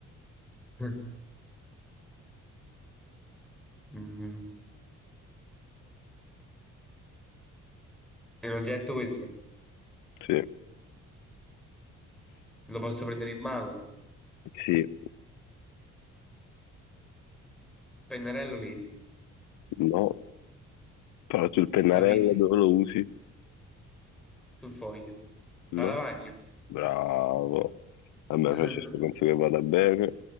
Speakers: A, in the centre; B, on the left (about 85°).
A: <laughs> Mm. È un oggetto questo,
B: sì,
A: lo posso prendere in mano,
B: sì,
A: il pennarello nero,
B: no. Però sul pennarello
A: la penna
B: dove lo usi?
A: sul foglio,
B: No?
A: la lavagna.
B: Bravo. A me
A: <laughs>
B: Francesco penso che vada bene.